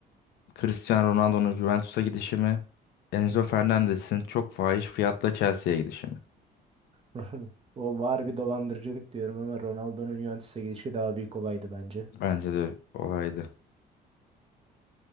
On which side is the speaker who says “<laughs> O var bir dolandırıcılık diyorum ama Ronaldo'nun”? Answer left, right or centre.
Right